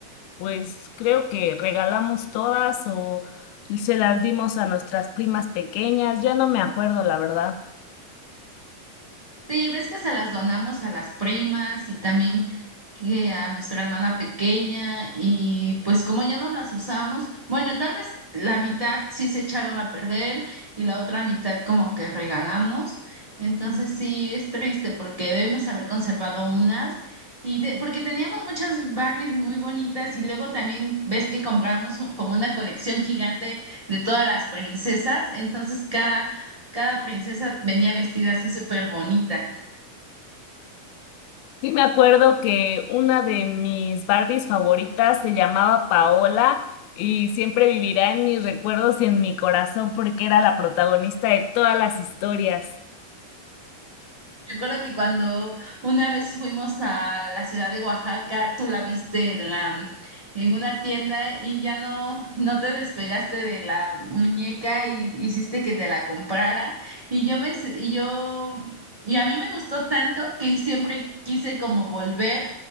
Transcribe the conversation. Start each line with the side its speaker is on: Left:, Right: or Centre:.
Left: pues creo que regalamos todas o se las dimos a nuestras primas pequeñas. Ya no me acuerdo, la verdad.
Right: Sí, ves que se las donamos a las primas y también que a nuestra hermana pequeña y pues como ya no las usamos, bueno, tal vez la mitad sí se echaron a perder y la otra mitad como que regalamos. Entonces sí es triste porque debimos haber conservado unas y de- porque teníamos muchas Barbies muy bonitas y luego también ves que comprábamos un- como una colección gigante de todas las princesas, entonces cada cada princesa venía vestida así súper bonita.
Left: Sí, me acuerdo que una de mis Barbies favoritas se llamaba Paola y siempre vivirá en mis recuerdos y en mi corazón porque era la protagonista de todas las historias.
Right: Recuerdo que cuando una vez fuimos a la ciudad de Oaxaca, tú la viste en la, en una tienda y ya no, no te despegaste de la muñeca y hiciste que te la comprara. Y yo me, s- y yo, y a mí me gustó tanto que siempre quise como volver